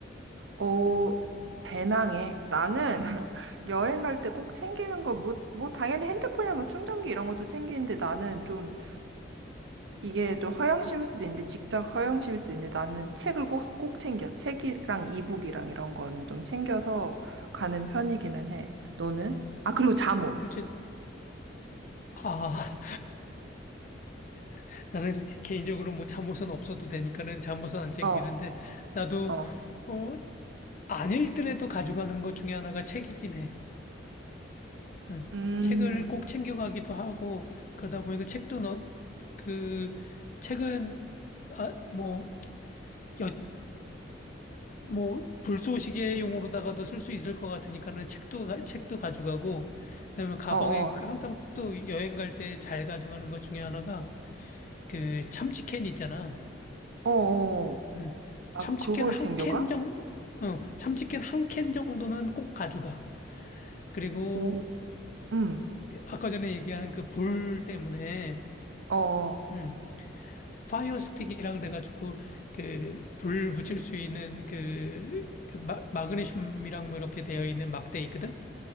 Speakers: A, on the right (about 70°); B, on the left (about 40°).
A: 어, 배낭에 나는 <laughs> 여행 갈 때 꼭 챙기는 거 뭐 뭐 당연히 핸드폰이나 뭐 충전기 이런 것도 챙기는데 나는 좀 이게 좀 허영심일 수도 있는데 직접 허영심일 수도 있는데 나는 책을 꼭 꼭 챙겨. 책이랑 이북이랑 이런 거는 좀 챙겨서 가는 편이기는 해. 너는? 아, 그리고 잠옷.
B: 그렇지. 아, <laughs> 나는 개인적으로 뭐 잠옷은 없어도 되니까는 잠옷은 안 챙기는데
A: 어,
B: 나도
A: 어.
B: 어, 안 읽더라도 가져가는 것 중에 하나가 책이긴 해. 응.
A: 음.
B: 책을 꼭 챙겨가기도 하고 그러다 보니까 책도 너, 그 책은 아, 뭐, 여, 뭐 불쏘시개용으로다가도 쓸 수 있을 것 같으니까는 책도 가- 책도 가져가고 그다음에 가방에
A: 어, 어.
B: 항상 또 여행 갈 때 잘 가져가는 것 중에 하나가 그 참치캔 있잖아.
A: 어, 어.
B: 음.
A: 아,
B: 참치캔
A: 그걸
B: 한
A: 챙겨가?
B: 캔 정, 어, 참치캔 한 캔 정도는 꼭 가져가. 그리고
A: 오, 음,
B: 아까 전에 얘기하는 그 불 때문에
A: 어,
B: 음. 파이어 스틱이라 그래가지고 그 불 붙일 수 있는 그, 그 마, 마그네슘이랑 뭐 이렇게 되어 있는 막대 있거든.